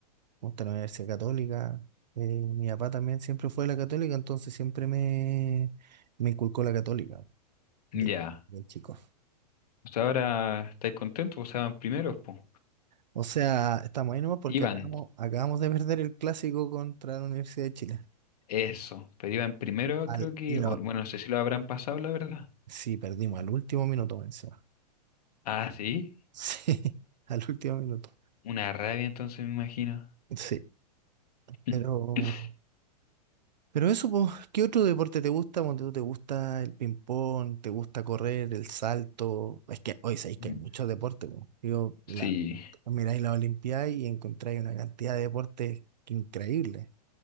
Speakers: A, on the right; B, on the left.
A: Me gusta la Universidad Católica. Eh, mi papá también siempre fue de la Católica, entonces siempre me, me inculcó la Católica
B: ya.
A: de, de chico.
B: Pues ahora estáis contentos, pues estaban primeros, pues.
A: O sea, estamos ahí nomás porque
B: Iban,
A: acabamos, acabamos de perder el clásico contra la Universidad de Chile.
B: eso. Pero iban primero,
A: Al,
B: creo que.
A: y no,
B: o- bueno, no sé si lo habrán pasado, la verdad.
A: sí, perdimos al último minuto encima. <laughs>
B: Ah, sí.
A: Sí, al último minuto.
B: Una rabia, entonces me imagino.
A: Sí,
B: <laughs>
A: pero, pero eso, pues, ¿qué otro deporte te gusta? Cuando tú te gusta el ping-pong, te gusta correr, el salto. Es que hoy sabéis que
B: Mm.
A: hay muchos deportes, pues. Digo, la,
B: Sí,
A: miráis la Olimpiada y encontráis una cantidad de deportes increíbles.